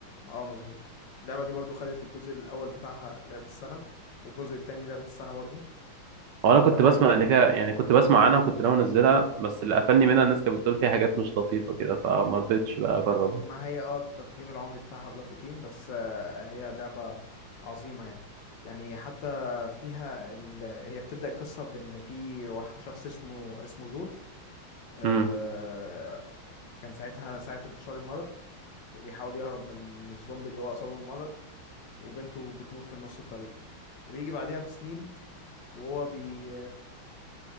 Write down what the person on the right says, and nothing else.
وانا كنت
بسمع ان فيها يعني كنت بسمع عنها وكنت ناوي انزلها بس اللي قفلني منها الناس كانت بتقول فيها حاجات مش لطيفه كده فما رضيتش بقى اجربها
امم